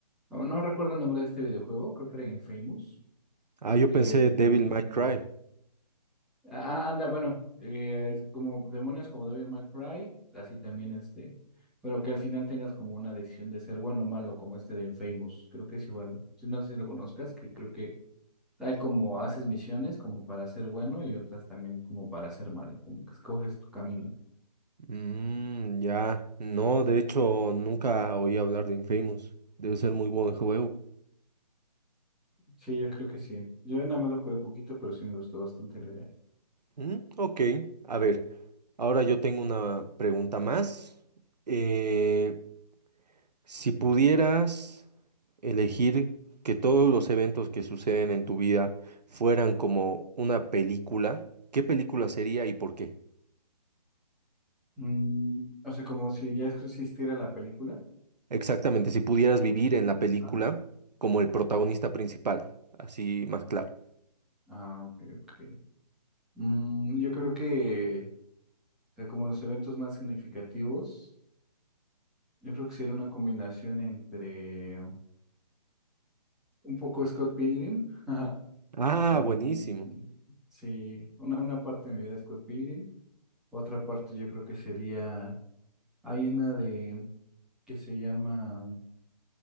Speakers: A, in the centre; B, on the right.
A: no, no recuerdo el nombre de este videojuego, creo que era Infamous,
B: Ah, yo
A: que
B: pensé
A: te
B: Devil
A: permitían,
B: May Cry.
A: ah, ah, anda, bueno, eh, es como demonios como Devil May Cry, así también este, pero que al final tengas como una decisión de ser bueno o malo, como este de Infamous, creo que es igual, si no sé si lo conozcas, que creo que hay como haces misiones como para ser bueno y otras también como para ser malo, como que escoges tu camino.
B: Mm, ya. No, de hecho, nunca oí hablar de Infamous. Debe ser muy buen juego.
A: Sí, yo creo que sí. Yo nada más lo jugué poquito, pero sí me gustó bastante la idea.
B: Mm, ok, a ver, ahora yo tengo una pregunta más. Eh, si pudieras elegir que todos los eventos que suceden en tu vida fueran como una película, ¿qué película sería y por qué?
A: Mm, o sea, como si ya existiera la película.
B: Exactamente, si pudieras vivir en la película
A: Ajá.
B: como el protagonista principal, así más claro.
A: Ah, ok, ok. Mm, yo creo que, o sea, como los eventos más significativos, yo creo que sí era una combinación entre un poco Scott Pilgrim, <laughs> ajá,
B: Ah,
A: también,
B: buenísimo.
A: sí, una, una parte de mi vida es Scott Pilgrim, otra parte yo creo que sería, hay una de, que se llama